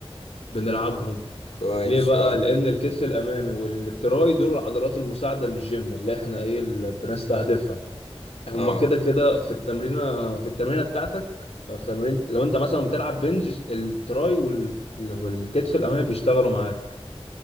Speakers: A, on the left; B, on the left.
A: بنلعبهم
B: كويس
A: ليه بقى
B: اه
A: لان الكتف الامامي والتراي دول العضلات المساعده للجيم اللي احنا ايه اللي بنستهدفها هما
B: اه
A: كده كده في التمرينه في التمرينه بتاعتك في تمرين لو انت مثلا بتلعب بنج التراي وال... والكتف الامامي بيشتغلوا معاك